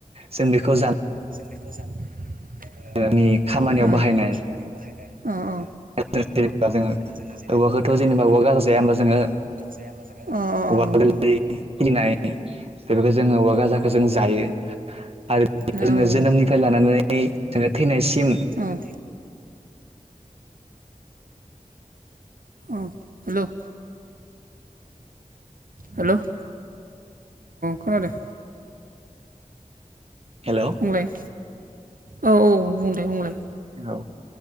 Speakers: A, on the right (about 45°); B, on the right (about 80°).
A: जों बेखौ जा
B: <unintelligible>
A: जानायनि खामानियाव बाहायनाय
B: अ ओ ओ
A: <unintelligible> जोङो
B: जोङोजे
A: औवाखौथ' जेनेबा औवा गाज जाया होनबा जोङो
B: अ अ अ
A: औवा
B: अ
A: गोरलै खिलिनाय बेफोरखौ जोङो औवा गाजाखौ जों जायो। आरो
B: जायो
A: जोङो जोनोमनिफ्राय लानानै जोङो थैनायसिम
B: औ औ हेल' हेल' औ खोनादों
A: हेल'।
B: बुंलाय औ औ बुंदे बुंलाय
A: औ